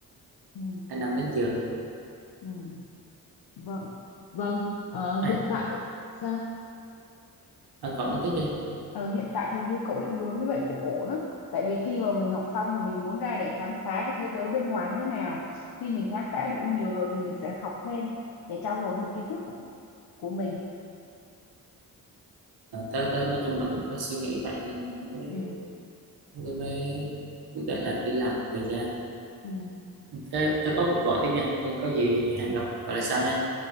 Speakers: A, on the left (about 85°); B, on the right (about 85°).
A: ừ,
B: hai năm đến giờ
A: ừ. Vâng, vâng, ờ,
B: này
A: hiện tại sao?
B: à, cậu
A: Hiện-
B: nói tiếp đi
A: Ờ, hiện tại thì như cậu định hướng như vậy cũng ổn á. Tại vì khi mà mình học xong thì mình muốn ra để khám phá cái thế giới bên ngoài như thế nào. Khi mình khám phá đủ nhiều rồi thì mình sẽ học thêm để trau dồi thêm kiến thức của, của mình.
B: à, tôi, tôi nói chung là cũng có suy nghĩ vậy nên là mới
A: Ừ,
B: mới, mới quyết định là đi làm thời gian
A: ừ.
B: tôi, tôi có cuộc gọi tiếp nha có gì hẹn gặp gọi là sau nha